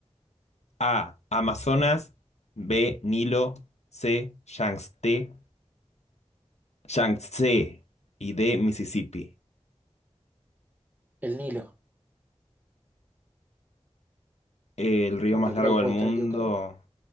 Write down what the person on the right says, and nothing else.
El Nilo,
aunque
creo que
puedo
estar equivocado.